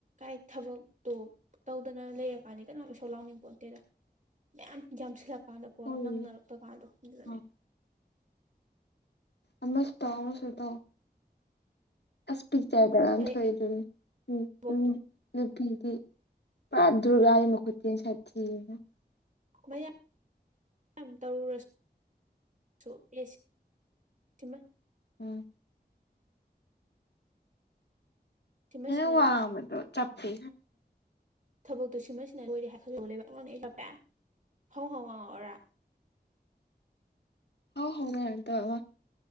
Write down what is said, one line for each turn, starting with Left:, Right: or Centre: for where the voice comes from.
Right: ꯑꯩ ꯊꯕꯛꯇꯣ ꯇꯧꯗꯅ ꯂꯩꯔꯀꯥꯟꯅꯤ ꯀꯅꯥꯝ ꯏꯁꯧ ꯂꯥꯡꯅꯤꯡꯕ ꯄꯣꯠ ꯅꯠꯇꯦꯗ ꯃꯌꯥꯝ ꯌꯥꯝꯁꯤꯜꯂꯛ ꯀꯥꯟꯗꯀꯣ
Left: ꯍꯣꯏ
Right: ꯅꯪꯅꯔꯛꯇꯔꯀꯥꯟꯗꯣ ꯑꯗꯨꯗꯅꯦ
Left: ꯑꯥ ꯑꯃꯁꯨꯇꯧ ꯑꯃꯁꯨꯇꯧ ꯑꯁ ꯄꯤꯛꯆꯥꯏꯗꯔ
Right: ꯎꯝ ꯑꯗꯩ
Left: ꯊꯣꯛꯏꯗꯨꯅꯤ ꯎꯝ
Right: ꯊꯕꯛꯇꯨ
Left: ꯎꯝ ꯅꯨꯄꯤꯗꯤ ꯄꯨꯔꯥ ꯗꯨꯔꯒꯥꯒꯤ ꯃꯈꯨꯠꯇ ꯁꯥꯊꯤꯅ
Right: ꯃꯌꯥꯝ ꯇꯧꯔꯨꯔꯁꯨ ꯁ ꯌꯦꯁꯤ ꯁꯤꯃ
Left: ꯎꯝ
Right: ꯁꯤꯃꯁꯤꯅ
Left: ꯅꯪꯅ ꯋꯥ ꯉꯥꯡꯕꯗꯣ ꯆꯞꯄꯦ
Right: ꯊꯕꯛꯇꯨ ꯁꯤꯃ ꯁꯤꯅ ꯂꯣꯏꯔꯦ ꯍꯥꯏꯐꯗꯕ ꯂꯩꯕ ꯑꯉꯥꯡ ꯍꯥꯞꯄꯦ ꯍꯥꯎ ꯍꯥꯎ ꯉꯥꯡꯉꯛꯑꯣꯔ
Left: <inaudible> ꯍꯥꯎ ꯍꯥꯎ ꯅ ꯇꯕ